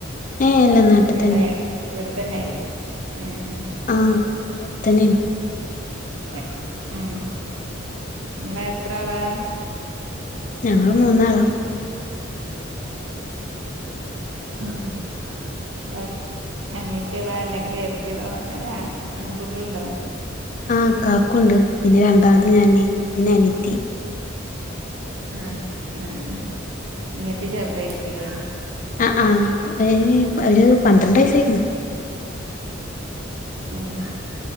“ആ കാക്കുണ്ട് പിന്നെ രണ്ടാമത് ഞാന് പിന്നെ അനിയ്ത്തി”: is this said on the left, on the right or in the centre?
Left